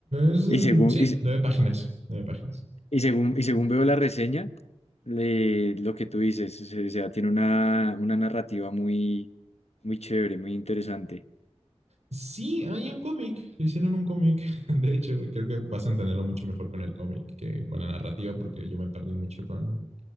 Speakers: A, on the right (about 85°); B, on the left (about 75°).
A: Es, mm,
B: Y según,
A: sí,
B: y, se-
A: nueve páginas, nueve páginas.
B: y según, y según veo la reseña, le- lo que tú dices, o sea, tiene una, una narrativa muy, muy chévere, muy interesante.
A: Sí, hay un cómic, le hicieron un cómic. <laughs> De hecho, creo que vas a entenderlo mucho mejor con el cómic que con la narrativa, porque yo me perdí mucho con,